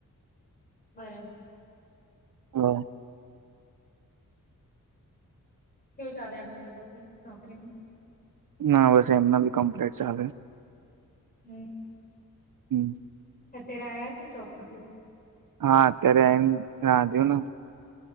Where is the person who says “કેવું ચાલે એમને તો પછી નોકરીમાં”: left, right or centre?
Left